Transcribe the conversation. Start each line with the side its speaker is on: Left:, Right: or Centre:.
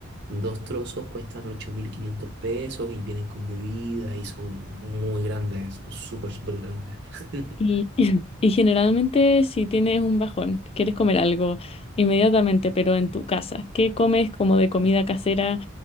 Right: dos trozos cuestan 8.500 pesos y vienen con bebida y son muy grandes, son súper, súper grandes. <laughs>
Left: Y, <laughs> y generalmente si tienes un bajón, quieres comer algo inmediatamente, pero en tu casa, ¿qué comes como de comida casera